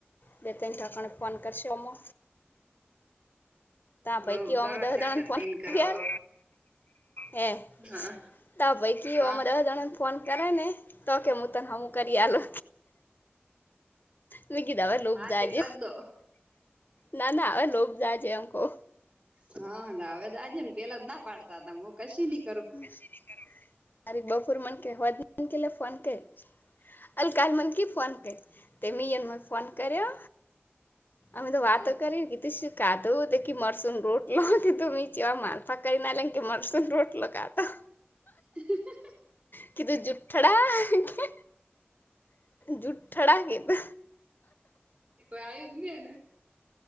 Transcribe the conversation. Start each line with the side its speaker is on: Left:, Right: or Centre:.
Left: બે ત ઠકોણ ફોન કરશે યોમો
Right: હો
Left: પૈકી
Right: કરો
Left: અમે દસ
Right: સાગર
Left: જણને ફોન
Right: તન
Left: કર
Right: કરો
Left: ગયા હે
Right: હા
Left: તા ભાઈ કયો
Right: હા
Left: અમા દવા જણા ને ફોન કરાય ને તા કે હું તને હમુ કરી આલુ મુકી દવા લભધાજે
Right: હા તે કર દો
Left: ના ના હવે લોભ જાયજે અંકો
Right: હા હવે દાજે ને પેલા જ ના પાડતા હતા હું કશી ની
Left: હમે ન કર તારી બપોર મન કે હો મન કે લે ફોન કર અલ કાલ મન કે ફોન કર તેમને ફોન કર્યો અમે તો વાતો
Right: હા
Left: કરી કીધુ શું ખાધુ તો કે મરસુ રોટલો કે તો જેવા માલફા ક કરીઈ ના કે મરસુ રોટલો કાતા
Right: હ
Left: કિ ધું જૂઠડા કે જૂઠઠાડા કે તો
Right: કોઈ આવ્યું જ નહી ને